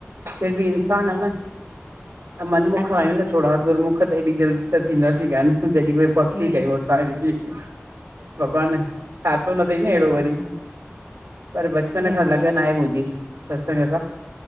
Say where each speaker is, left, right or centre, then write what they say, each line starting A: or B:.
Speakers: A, on the right; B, on the right.
A: फिर बि इंसानु
B: हम्म
A: आ न त मनमुख
B: अच्छा
A: आहियूं
B: अच्छा
A: न थोड़ा गुरमुख एॾी जल्दी त थींदासीं कान जॾहिं कोई भक्ति
B: हम्म
A: कयूं, असां ऐॾी। भॻवान ठातो न तई न
B: हम्म
A: अहिड़ो वरी
B: हम्म
A: पर ब उन
B: हम्म,
A: खां लगन आहे मुंहिंजी सत्संग सां।